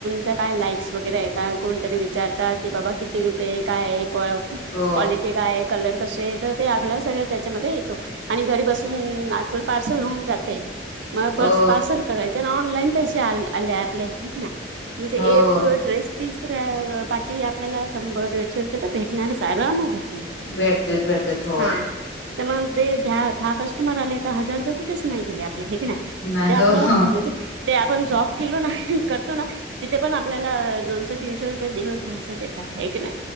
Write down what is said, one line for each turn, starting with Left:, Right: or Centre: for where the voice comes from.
Right: त्या काय लाईक्स वगैरे आहेत. कोणतरी विचारतात की बाबा किती रुपये काय आहे,
Left: हो
Right: क्वालिटी काय आहे कलर कसे येत ते आपल्या सगळं त्याच्यामध्ये येतो आणि घरी बसून आजकाल पार्सल होऊन जाते. मग पर्स
Left: हो
Right: पार्सल करायचे ना ऑनलाईन पैसे आ आले आपले ना म्हणजे
Left: हो
Right: एक
Left: हो
Right: ड्रेस तिसऱ्या पाठी आपल्याला शंभर दीडशे रुपये तर भेटणार सारं अम भेटणार
Left: भेटतेत
Right: हम्
Left: भेटतेत हो
Right: हा तर मग ते द दहा कस्टमर आले तर हजार रुपये कुठेच नाही गेले आपल्या हाय की ना,
Left: नाही
Right: ते आपलं
Left: हो हो
Right: म्हणजे ते आपण जॉब केलो ना करतो ना तिथे पण आपल्याला दोनशे तीनशे रुपये दिवस भरचे देत. हाय की ना